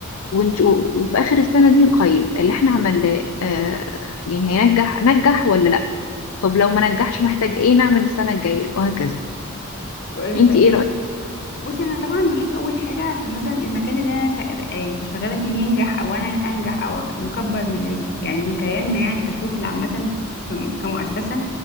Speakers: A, on the left; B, on the left.
A: ونشوف وفي آخر السنة دي نقيم اللي احنا عملناه آه، يعني هينجح نجح ولا لا طب لو ما نجحش محتاج ايه نعمل السنة الجاية وهكذا
B: إيه
A: انتي
B: طيب
A: ايه رأيك
B: بصي انا طبعا بشوف اول حاجه عشان مثلا المكان اللي انا ف- آه، بشغاله فيه ينجح او انا انجح او نكبر من ال... يعني من كياننا يعني كشغل عامه كم- كمؤسسه